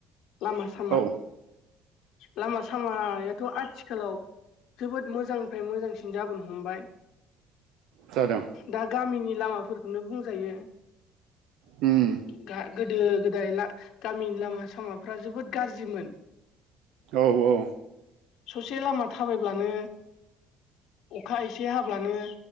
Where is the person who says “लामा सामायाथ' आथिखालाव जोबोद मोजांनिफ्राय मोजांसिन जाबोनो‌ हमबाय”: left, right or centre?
Left